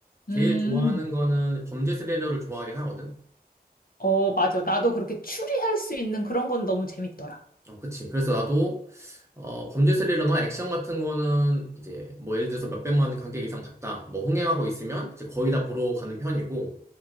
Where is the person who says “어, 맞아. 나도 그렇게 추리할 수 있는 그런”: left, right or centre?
Left